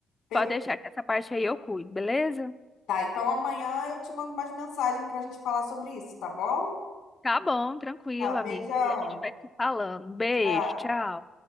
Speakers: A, on the left; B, on the left.
A: Per-
B: pode deixar que essa parte aí eu cuido, beleza?
A: Tá, então amanhã eu te mando mais mensagem para a gente falar sobre isso, tá bom?
B: Tá bom, tranquilo,
A: Tá, beijão.
B: amiga. E a gente vai se falando. Beijo,
A: Tchau.
B: tchau.